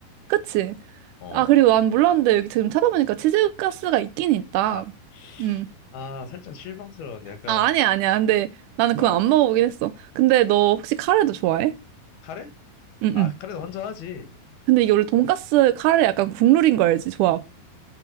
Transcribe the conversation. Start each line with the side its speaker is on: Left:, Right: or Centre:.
Right: 그치?
Left: 어.
Right: 아, 그리고 난 몰랐는데 여기 지금 찾아보니까 치즈가스가 있긴 있다.
Left: 아,
Right: 음.
Left: 아, 살짝 실망스러운데 약간
Right: 아, 아니야, 아니야. 근데 나는 그건
Left: 어
Right: 안 먹어보긴 했어. 근데 너 혹시 카레도 좋아해?
Left: 카레?
Right: 응,
Left: 아,
Right: 응.
Left: 카레는 혼자 하지.
Right: 근데 이게 원래 돈가스 카레 약간 국룰인 거 알지? 조합.